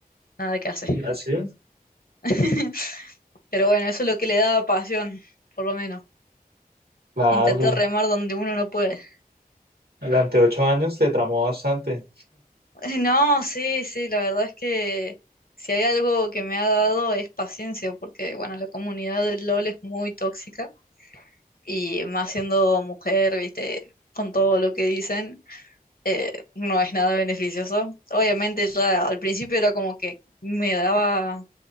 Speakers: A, on the left; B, on the right.
A: nada que hacer.
B: Y así
A: <laughs> Pero bueno, eso es lo que le daba pasión, por lo menos.
B: Claro,
A: Intentar
B: pues
A: remar donde uno no puede. <laughs>
B: durante ocho años te tramó bastante
A: No, sí, sí, la verdad es que si hay algo que me ha dado es paciencia, porque bueno, la comunidad del LOL es muy tóxica y más siendo mujer, viste, con todo lo que dicen, eh, no es nada beneficioso. Obviamente ya al principio era como que me daba